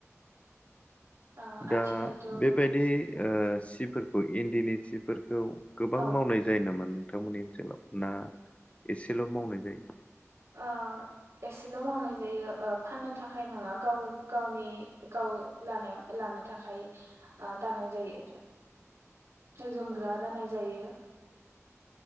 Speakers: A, on the right; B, on the left.
A: ओ
B: दा
A: आथिखालथ' औ
B: बेबायदि ओ सिफोरखौ इन्दिनि सिफोर खौ गोबां
A: औ ओ
B: मावनाय जायो नामा नोंथांमोननि ओनसोलाव ना एसेल' मावनाय जायो?
A: ओ एसेल' मावनाय जायो ओ फाननो थाखाय नङा गाव गावनि गाव लानो ला नो थाखाय ओ दानाय जायो आरो। जोमग्रा दानाय जायो।